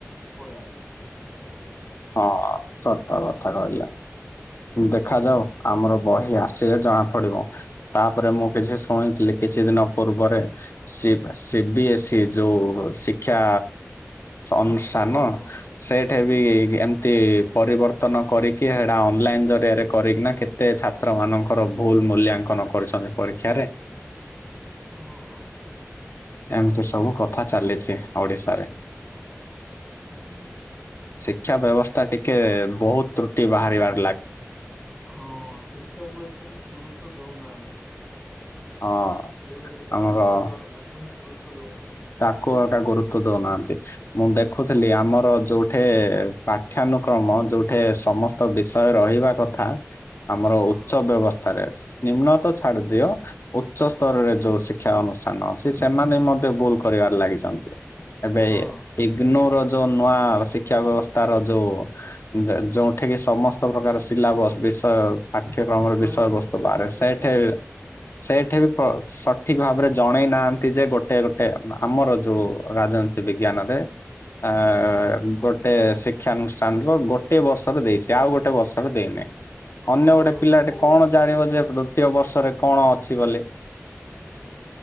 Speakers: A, in the centre; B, on the left (about 55°).
A: ପଳେଇ ଆସିଛି ତ୍ରୁଟି ଯାକ।
B: ହଁ ସତ କଥା କହିଲ।
A: ହଁ।
B: ଦେଖାଯାଉ ଆମ ବହି ଆସିଲେ ଜଣା ପଡିବ ତାପରେ ମୁଁ କିଛି ଶୁଣିଥିଲି କିଛି ଦିନ ପୂର୍ବରେ ଡିବା ସି ବି ଏସ୍ ଇ ଯେଉଁ ଶିକ୍ଷା
A: ହଁ
B: ଅନୁଷ୍ଠାନ
A: ସି ବି ଏସ୍ ସି ଆମର
B: ସେଠି ବି ଏମିତି ପରିବର୍ତ୍ତନ କରିକି ହେଡା ଅନଲାଇନ୍ ଜରିଆରେ କରିକିନା କେତେ ଛାତ୍ରମାନଙ୍କର ଭୁଲ୍ ମୂଲ୍ୟାଙ୍କନ କରୁଛନ୍ତି। ପରୀକ୍ଷାରେ
A: ଓହୋ।
B: ଏମିତି ସବୁ କଥା ଚାଲିଛି ଓଡିଶାରେ
A: ହୁଁ ହୁଁ।
B: ଶିକ୍ଷା ବ୍ୟବସ୍ଥା ଟିକେ ବହୁତ ତ୍ରୁଟି ବାହାରିବ
A: ହଁ ଶିକ୍ଷାକୁ ଏତେ ଟିକେ ଗୁରୁତ୍ୱ ଦଉନାହାନ୍ତି।
B: ହଁ
A: ଯୋଉଟା ଦେଶ ସରା
B: ଆମର
A: ମୂଳଦୁଆ ତାକୁ ହିଁ ଗୁରୁତ୍ୱ ଦେଉନାହାନ୍ତି।
B: ତାକୁ ଏଟା ଗୁରୁତ୍ୱ ଦଉନାହାନ୍ତି ମୁଁ ଦେଖୁଥିଲି ଆମର ଯେଉଠି ପାଠ୍ୟାନୁକ୍ରମ ଯେଉଠି ସମସ୍ତ ବିଷୟ ରହିବା କଥା ଥା ଆମର
A: ହଁ
B: ଉଚ୍ଚ ବ୍ୟବସ୍ଥାରେ ନିମ୍ନତ ଛାଡ଼ି ଦିଅ ଉଚ୍ଚସ୍ତରରେ ଯୋଉ ଶିକ୍ଷା ଅନୁଷ୍ଠାନ ଅଛି ସେମାନେ ମଧ୍ୟ ଭୁଲ କରିବାରେ ଲାଗିଛନ୍ତି। ଏବେ
A: ହଁ।
B: ଇଗ୍ନୋର ଯୋଉ ନୂଆ ଶିକ୍ଷା ବ୍ୟବସ୍ଥା ର ଯୋଉ ଯୋଉଠି କି ସମସ୍ତ ପ୍ରକାର ସିଲାବସ ବିଷୟ ପାଠ୍ୟକ୍ରମର
A: ରହିବା
B: ବିଷୟବସ୍ତୁ
A: ଦରକାର
B: ବାହାରେ
A: ସେଇଠି
B: ସେଠେ ସେଠି ବି ସଠିକ ଭାବରେ ଜଣେଇ ନାହାନ୍ତି ଯେ ଗୋଟେ ଗୋଟେ ନା ଆମର ଯୋଉ ରାଜନୀତି ବିଜ୍ଞାନ ରେ ଆ ଗୋଟେ ଶି ଶିକ୍ଷାନୁଷ୍ଠାନର ଗୋଟେ ବର୍ଷରେ ଦେଇଛି ଆଉ ଗୋଟେ ବର୍ଷରେ ଦେଇନାହିଁ।
A: ହଁ
B: ଅନ୍ୟ
A: ଆଉ
B: ଗୋଟେ ପିଲାଟି
A: ମୁଁ
B: କଣ
A: ବି ଦେଖୁଥିଲି
B: ଜାଣିବ ଯେ ତୃତୀୟ ବର୍ଷରେ କଣ ଅଛି ବୋଲି?
A: ହଁ।